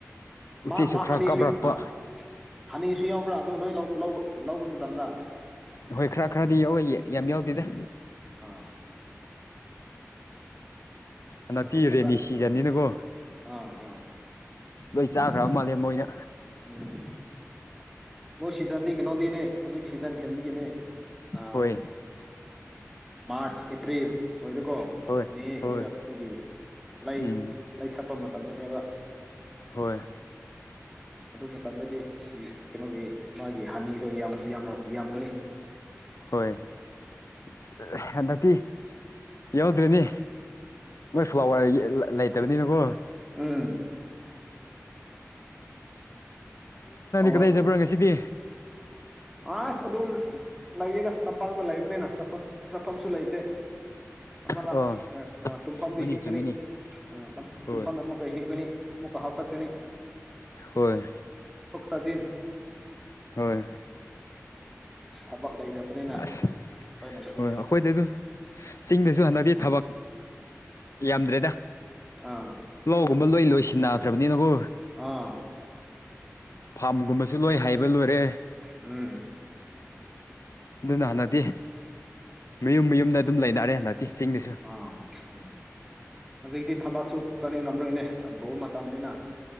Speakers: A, on the left; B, in the centre.
A: ꯎꯆꯦꯛꯁꯨ
B: ꯃꯥ ꯃꯥ
A: ꯈꯔ
B: ꯍꯅꯤꯁꯨꯏ
A: ꯀꯥꯞꯔꯛꯄ
B: ꯑꯥ ꯍꯅꯤꯁꯨ ꯌꯥꯎꯕ꯭ꯔꯥ ꯑꯗꯨ ꯅꯣꯏ ꯂ ꯂꯧꯕ ꯃꯇꯝꯗ
A: ꯍꯣꯏ ꯈꯔ ꯈꯔꯗꯤ ꯌꯥꯎꯋ ꯌꯥꯝ ꯌꯥꯎꯗꯦꯗ
B: ꯑꯥ
A: ꯍꯅꯠꯇꯤꯔꯦꯅꯤ
B: ꯑꯗꯨ ꯐꯖꯅ
A: ꯁꯤꯖꯅꯤꯅꯀꯣ
B: ꯎꯝ ꯑꯥ ꯑꯥ
A: ꯂꯣꯏ ꯆꯥꯈ꯭ꯔꯕ ꯃꯥꯜꯂꯦ ꯃꯣꯏꯅ
B: ꯎꯝ ꯃꯣꯏ ꯁꯤꯖꯟꯗꯤ ꯀꯩꯅꯣꯗꯤꯅꯦ ꯍꯧꯖꯤꯛ ꯁꯤꯖꯟ ꯍꯦꯟꯕꯒꯤꯅꯦ ꯑ
A: ꯍꯣꯏ
B: ꯃꯥꯔꯆ ꯑꯦꯄ꯭ꯔꯤꯜ ꯃꯣꯏꯗꯀꯣ
A: ꯍꯣꯏ
B: ꯃ
A: ꯍꯣꯏ
B: ꯍꯣꯏꯗ ꯑꯩꯈꯣꯏꯒꯤ ꯂꯩ
A: ꯎꯝ
B: ꯂꯩ ꯁꯛꯄ ꯃꯇꯝꯗꯅꯦꯕ
A: ꯍꯣꯏ
B: ꯑꯗꯨ ꯃꯇꯝꯗꯗꯤ ꯁꯤ ꯀꯩꯅꯣꯒꯤ ꯃꯥꯒꯤ ꯍꯅꯤꯗꯣ ꯌꯥꯝ ꯌꯥꯝꯒꯅꯤ
A: ꯍꯣꯏꯗꯤ ꯌꯥꯎꯗ꯭ꯔꯅꯤ ꯃꯣꯏ ꯐ꯭ꯂꯥꯋꯔ ꯂꯩꯇꯕꯅꯤꯅꯀꯣ ꯑ
B: ꯎꯝ ꯑ
A: ꯀꯗꯥꯏ ꯆꯠꯄ꯭ꯔꯥ ꯉꯁꯤꯗꯤ
B: ꯑ ꯑꯗꯨ ꯑꯗꯨꯝ ꯂꯩꯌꯦꯗ ꯆꯝꯄꯥꯛꯇ ꯂꯩꯕꯅꯤꯅ ꯆꯐꯝ ꯆꯠꯐꯝꯁꯨ ꯂꯩꯇꯦ ꯑꯃꯔ
A: ꯑ
B: ꯇꯨꯨꯝꯐꯝꯗꯤ
A: ꯍꯣꯏꯅꯦ
B: ꯍꯤꯞꯄꯅꯤ
A: ꯆꯨꯝꯃꯤꯅꯤ
B: ꯑ
A: ꯍꯣꯏ
B: ꯇꯨꯨꯝꯐꯝꯗ ꯑꯃꯨ ꯀꯣꯏ ꯍꯤꯞꯄꯅꯤ ꯃꯄꯥ ꯍꯥꯎꯀꯠꯇꯦꯅꯤ
A: ꯍꯣꯏ
B: ꯗꯤꯤꯟ
A: ꯍꯣꯏ
B: ꯊꯕꯛ ꯂꯩꯇꯕꯅꯤꯅ
A: ꯑꯁ
B: ꯎꯄꯥꯏ ꯂꯩꯇꯦꯅꯦ
A: ꯍꯣꯏ ꯑꯩꯈꯣꯏꯗ ꯑꯗꯨ ꯆꯤꯡꯗꯁꯨ ꯍꯟꯗꯛꯇꯤ ꯊꯕꯛ ꯌꯥꯝꯗ꯭ꯔꯦꯗ
B: ꯑꯥ
A: ꯂꯒꯨꯝꯕ ꯂꯣꯏ ꯂꯣꯏꯁꯤ ꯁꯤꯤꯟꯅꯈ꯭ꯔꯕꯅꯤꯅꯕꯨ
B: ꯑꯥ
A: ꯐꯥꯝꯒꯨꯝꯕꯁꯨ ꯂꯣꯏ ꯍꯥꯏꯕ ꯂꯣꯏꯔꯦ
B: ꯎꯝ
A: ꯑꯗꯨꯅ ꯍꯟꯗꯛꯇꯤ ꯃꯌꯨꯝ ꯃꯌꯨꯝꯗ ꯑꯗꯨꯝ ꯂꯩꯅꯔꯦ ꯍꯟꯗꯛꯇꯤ ꯆꯤꯡꯗꯁꯨ
B: ꯑꯥ ꯎꯝ ꯍꯧꯖꯤꯛꯇꯤ ꯊꯕꯛꯁꯨ ꯆꯠꯅꯤꯡꯂꯝ ꯅꯣꯏꯅꯦ ꯕ ꯃꯇꯝꯅꯤꯅ